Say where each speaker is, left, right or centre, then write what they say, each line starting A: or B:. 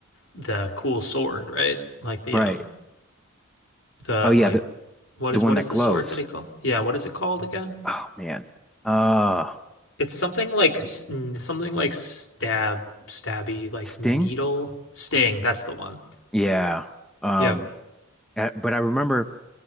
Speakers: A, on the left (about 75°); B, in the centre.
A: the cool sword right like the
B: Right.
A: um the
B: Oh yeah.
A: like
B: The
A: what
B: the
A: is
B: one
A: what is
B: that
A: the
B: glows.
A: sword that he called yeah what is it called again
B: Oh man. Uh,
A: It's something like something like stab, stabby, like
B: Sting.
A: needle sting. That's the one.
B: Yeah. Um.
A: Yeah.
B: uh, But I remember.